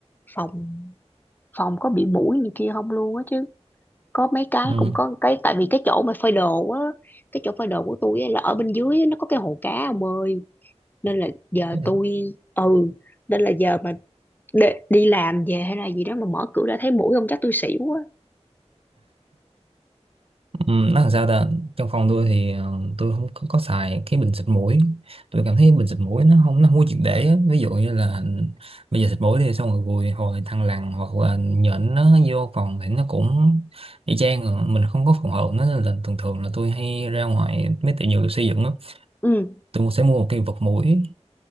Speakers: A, on the left (about 15°); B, on the right (about 55°).
A: phòng phòng có bị muỗi này kia không luôn á chứ có mấy cái
B: ừ.
A: cũng có cái tại vì cái chỗ mà phơi đồ á cái chỗ phơi đồ của tôi á là ở bên dưới á, nó có cái hồ cá ông ơi nên là giờ
B: Ừ.
A: tôi ừ nên là giờ mà đi, đi làm về hay là gì đó mà mở cửa ra thấy muỗi không chắc tôi xỉu quá
B: Ừ, nói làm sao ta trong phòng tôi thì ờ, tôi không có, có xài cái bình xịt mũi tôi cảm thấy bình xịt mũi nó không nó không có triệt để á. ví dụ như là bây giờ xịt mũi thì xong rồi gùi hồi thằng lằn hoặc là nhện nó vô phòng thì nó cũng y chang à. mình không có phòng hộ nó nên là thường thường là tôi hay ra ngoài mấy tiệm dược xây dựng á
A: ừ
B: tôi sẽ mua một cái vật mũi